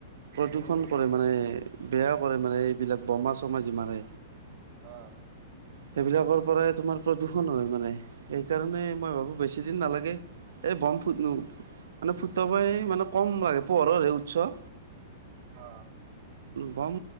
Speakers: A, on the right; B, on the right.
A: প্ৰদূষন
B: উম,
A: কৰে মানে বেয়া কৰে মানে এইবিলাক বোমা চমা যি মাৰে।
B: অ।
A: সেইবিলাকৰ পৰাই তোমাৰ প্ৰদূষণ হয় মানে সেইকাৰণে মই ভাবো বেছি দিন নালাগে। এই বম ফু মানে ফুট প মানে কম লাগে পোহৰৰ হে উৎসৱ।
B: অ।
A: বম।